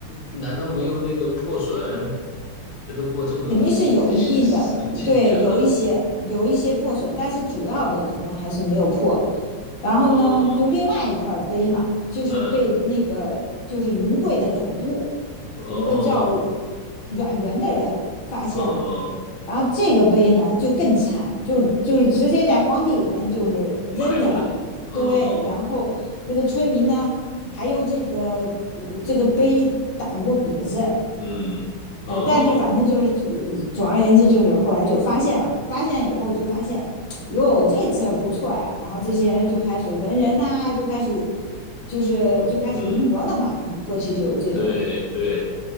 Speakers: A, on the left; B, on the left.
A: 难道没有那个破损？这都过这么多几上千年了。
B: 肯定是有一定的，对，有一些有一些破损，但是主要的可能还是没有破。然后呢，
A: 哦，
B: 就另外一块碑嘛，就是被那个就是云贵的总督，
A: 嗯，哦
B: 一个叫阮元的人发现了。
A: 哦，
B: 然后这个碑呢就更惨，就就是直接在荒地里面就是扔着了。
A: 埋着了。哦，
B: 对，然后那个村民呢还用这个呃这个碑打过谷子，
A: 嗯，哦，
B: 呃，但是反正就是呃总而言之，就是后来就发现了，发现以后就发现，哟，这字不错呀、啊然后这些人就开始文人呐、啊就开始就是就开始临摹了嘛，
A: 嗯，
B: 肯定过去就有这种。
A: 对对。